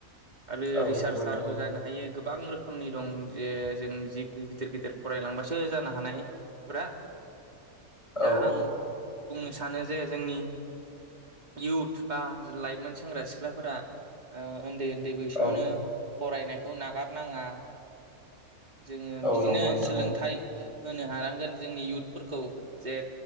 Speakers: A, on the right; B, on the left.
A: आरो
B: औ
A: रिसार्चसारबो
B: नंगौ नोंथां औ
A: जानो हायो गोब बां रोखोमनि दं जे जों जि गिदिर गिदिर फरायलांबासो जानो हानायफोरा दा
B: औ
A: आं बुंनो सानो जे जोंनि इउथ बा लाइमोन सेंग्रा सिख्लाफोरा ओ उन्दै-उन्दै बैसोआवनो
B: औ
A: फरायनायखौ नागारनाङा जोङो
B: औ
A: बिदिनो
B: नंगौ नोंथां
A: सोलोंथाइ
B: औ
A: ओ होनो हानांगोन जोंनि इयउथफोरखौ जे